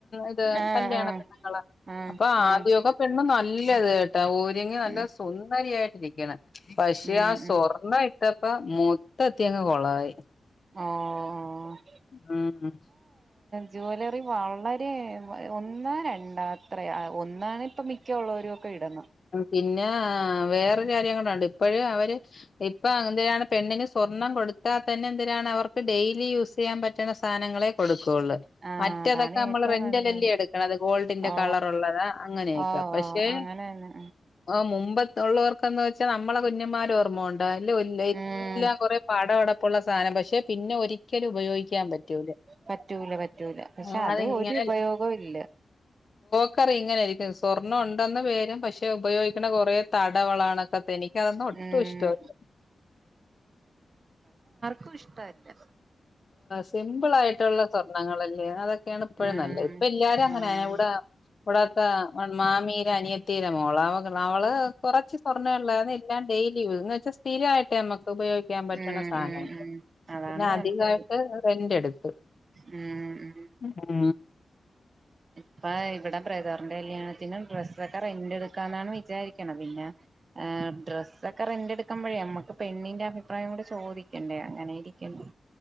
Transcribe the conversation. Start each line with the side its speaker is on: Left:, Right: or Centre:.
Left: ഇത്
Right: ആഹ്
Left: കല്യാണ
Right: ആഹ്
Left: പെണ്ണുങ്ങളാ
Right: ആഹ്
Left: അപ്പൊ
Right: ആഹ്
Left: ആദ്യമൊക്കെ പെണ്ണ് നല് ഇ <unintelligible> ഒരുങ്ങി വന്നു
Right: ഉം
Left: സുന്ദരിയായിട്ടിരിക്കണം പക്ഷേ
Right: ഉം
Left: ആ സ്വർണ്ണംയിട്ട്-
Right: ഉം
Left: ഇപ്പ മൊത്തത്തിയങ്ങ് കൊളായി
Right: ആആ
Left: നും ഹും
Right: ജ്വലറി വളരെ ഒന്ന് രണ്ട് അത്ര ഒന്നാണ് ഇപ്പം മിക്കഉളളവരും ഒക്കൊ ഇടണം
Left: പിന്നെ വേറൊരു കാര്യംകൂടി ഉണ്ട് ഇപ്പോഴും അവര് ഇപ്പ എന്തിനാണ് പെണ്ണിന് സ്വർണം കൊടുത്താൽ തന്നെ എന്തിരാണ് അവർക്ക് ഡെയിലി യൂസ് ചെയ്യാൻ പറ്റണ സാധനങ്ങളെ കൊടുക്കു
Right: ആഹ്
Left: മറ്റേതൊക്കെ
Right: അതാണ്
Left: നമ്മള്
Right: ഏറ്റവും
Left: റെൻറ്റ്നല്ലേഎടുക്കുണത്
Right: നല്ലത്
Left: അത് ഗോൾഡിന്റെ
Right: ഓ
Left: കളർള്ളത് അങ്ങനെയൊക്കെ
Right: ഓ
Left: പക്ഷേ-
Right: ഓ അങ്ങനെ തന്നെ
Left: ആ മുമ്പത്ത് ഉള്ളവർക്കെന്ന് വെച്ചാൽ നമ്മള്കുഞ്ഞന്മാരോ- മെടല്അല്ലഎല്ലാം
Right: ഉം
Left: കൊറെ പടവടപ്പള്ള സാധനം പക്ഷേ പിന്നെ ഒരിക്കലും ഉപയോഗിക്കാൻ പറ്റൂല
Right: പറ്റൂല പറ്റൂല പക്ഷേഅത്
Left: ആ അതിങ്ങനെ
Right: ഒരു ഉപയോഗവും ഇല്ല
Left: ക്കറിഇങ്ങനൊയിരിക്കുംസ്വർണ്ണം ഉണ്ടെന്ന പേരും പക്ഷേ ഉപയോഗി- കൊറെ തടവളകണക്കെത്തെ എനിക്കതൊന്നും ഒട്ടും
Right: ഉം
Left: ഇഷ്ടല്ല
Right: കുഷ്ട്ടല്ല
Left: സിംമ്പിൾ ആയിട്ടുള്ള സ്വർണ്ണങ്ങളല്ലേ അതൊക്കെയാണ് എപ്പെഴും
Right: ഉം
Left: നല്ലത് ഇപ്പ എല്ലാരും അങ്ങനെ
Right: ആഹ്
Left: ഇവിടെ ഇവിടത്തെ മാമീടെഅനിയത്തി- തിരമോള <unintelligible> അവള് കൊറച്ച് സ്വർണ്ണമേഉള്ളായിരുന്നു എല്ലാം ഡയ എന്ന് വൊച്ചാ സ്ഥിരമായിട്ട് അമ്മക്ക്- ഉപയോഗിക്കാൻ പറ്റുന്ന
Right: ഉം
Left: സാധനങ്ങള്
Right: ഉം ഉം അതാണ്
Left: പിന്നെ
Right: നല്ലത്
Left: തായിട്ട് അത് വരും ന്റെ അടുത്ത്
Right: ഉം ഉം
Left: ആഹ
Right: ഇപ്പ ഇവിടെ ബ്രദര്ന്റി കല്യാണത്തിനും ഡ്രസ്സൊക്കെ റെന്റ് എടുക്കാ എന്നാണ് വിചാരിക്കണ പിന്നെ ഡ്രസ്സൊക്കെ റെന്റ് എടുക്കാൻ്പഴേ നമ്മുക്ക് പെണ്ണിന്റെ അഭിപ്രായം കൂടി ചോദിക്കണ്ടേ അങ്ങനെ ഇരിക്കുന്നു